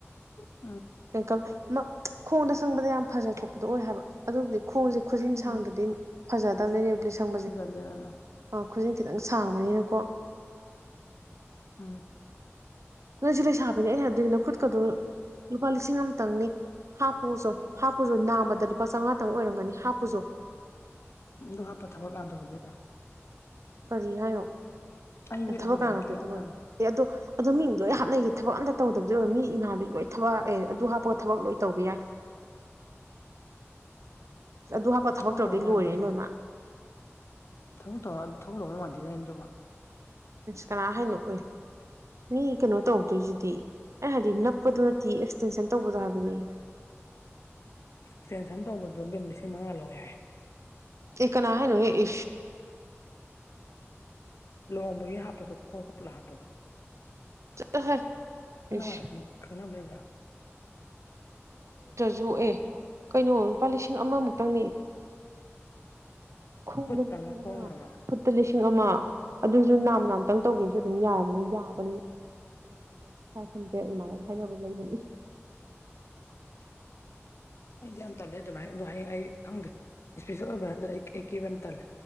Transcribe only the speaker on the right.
ꯀꯩ ꯈꯣꯡꯗ ꯁꯪꯕꯗ ꯌꯥꯝ ꯐꯖ ꯊꯣꯛꯄꯗꯣ ꯑꯣꯏ ꯍꯥꯏꯕ ꯑꯗꯨꯕꯨꯗꯤ ꯈꯣꯡꯁꯦ ꯈꯨꯖꯤꯟ
ꯁꯥꯡꯗ꯭ꯔꯗꯤ ꯐꯖꯗꯕꯅꯦ ꯅꯦꯕ꯭ꯂꯤ ꯁꯪꯕꯁꯦ
ꯑꯥ ꯈꯨꯖꯤꯟ ꯈꯤꯇꯪ ꯁꯥꯡꯕꯅꯤꯅꯀꯣ
ꯅꯪꯁꯨ ꯂꯩꯁꯥꯕꯅꯦ ꯑꯩꯅ ꯍꯥꯏꯕꯗꯨꯒꯤ ꯅ ꯈꯨꯠꯀꯗꯣ ꯂꯨꯄꯥ ꯂꯤꯁꯤꯡ ꯑꯃꯇꯪꯅꯤ ꯍꯥꯞꯄꯨꯁꯨ ꯍꯥꯞꯄꯨꯁꯨ ꯅꯥꯝꯃꯗ ꯂꯨꯄꯥ ꯆꯥꯝꯉꯥꯇꯪ ꯑꯣꯏꯔꯝꯒꯅꯤ ꯍꯥꯞꯄꯨꯁꯨ
ꯀꯔꯤ ꯍꯥꯏꯅꯣ
ꯊꯕꯛ
ꯀꯅꯥ ꯇꯧꯗꯣꯕꯌꯦ ꯑꯦ ꯑꯗꯣ ꯑꯗꯣ ꯃꯤꯡ ꯍꯥꯞꯅꯩꯁꯦ ꯊꯕꯛ ꯑꯝꯇ ꯇꯧꯗꯕꯗꯤ ꯑꯣꯏꯕ ꯃꯤ ꯏꯃꯥꯕꯤꯒꯤ ꯂꯣꯏ ꯊꯕꯛ ꯑꯗꯨ ꯍꯥꯞꯄꯒ ꯊꯕꯛ ꯂꯣꯏ ꯇꯧꯕ ꯌꯥꯏ <inaudible> ꯑꯁ ꯑꯗꯨ ꯍꯥꯞꯄ
ꯇꯧꯔꯗꯤ
ꯂꯣꯏꯔꯦ
ꯂꯣꯏꯃꯛ
ꯀꯅꯥ ꯍꯥꯏꯅꯣ ꯑꯣꯏ ꯃꯤ ꯀꯩꯅꯣ ꯇꯧꯗꯣꯏꯁꯤꯗꯤ ꯑꯩ ꯍꯥꯏꯗꯤ ꯅꯞꯄꯗꯨ ꯅꯠꯇꯦ ꯑꯦꯛꯁꯇꯦꯟꯁꯟ ꯇꯧꯕꯗꯣ ꯍꯥꯏꯕꯅꯤ
ꯏ ꯀꯅꯥꯅ ꯏ
ꯆꯠꯍꯦ ꯏꯁ
ꯌꯣꯛꯑꯦ ꯀꯩꯅꯣ ꯂꯨꯄꯥ ꯂꯤꯁꯤꯡ ꯑꯃꯃꯨꯛꯇꯪꯅꯤ ꯈꯣꯡꯗ
ꯂꯤꯁꯤꯡ
ꯑꯃ
ꯐꯨꯠꯇ ꯂꯤꯁꯤꯡ ꯑꯃ ꯑꯗꯨꯁꯨ ꯅꯥꯝ ꯅꯥꯝ ꯈꯤꯇꯪ ꯇꯧꯒꯦꯁꯨ ꯑꯗꯨꯝ ꯌꯥꯔꯝꯅꯤ ꯌꯥꯕꯅꯤ ꯅꯥꯗ ꯐꯥꯏꯚ ꯍꯟꯗ꯭ꯔꯦꯠ ꯑꯗꯨꯃꯥꯏꯅ ꯍꯥꯏꯅꯕ ꯂꯩꯕꯅꯤ
ꯎ